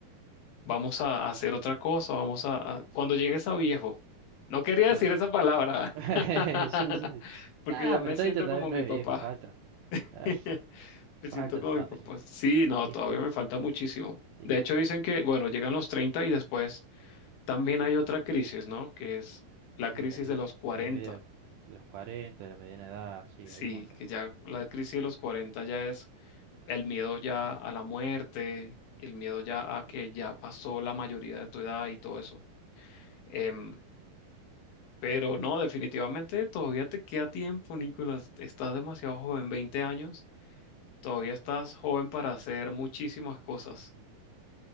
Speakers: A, on the left; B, on the right.
A: vamos a hacer otra cosa, vamos a... a-". Cuando llegues a viejo. No quería
B: claro.
A: decir esa palabra,
B: <laughs>
A: <laughs>
B: Sí, sí, sí.
A: porque
B: ah
A: ya me
B: pero 30
A: siento
B: todavía
A: como
B: no
A: mi
B: es
A: papá.
B: viejo, falta. Claro,
A: <laughs> Me
B: falta
A: siento como
B: todavía.
A: mis papás. Sí, no,
B: <laughs>
A: todavía me falta muchísimo.
B: Sí,
A: De hecho, dicen que, bueno, llegan los 30 y después también hay otra crisis, ¿no? Que es la
B: sí,
A: crisis
B: la que
A: de
B: es
A: los cuarenta.
B: de media de los cuarenta de la mediana edad, sí,
A: Sí,
B: hay un montón.
A: que ya la crisis de los 40 ya es el miedo ya a la muerte, el miedo ya a que ya pasó la mayoría de tu edad y todo eso. Em, pero no, definitivamente todavía te queda tiempo, Nicolás. Estás demasiado joven, 20 años. Todavía estás joven para hacer muchísimas cosas.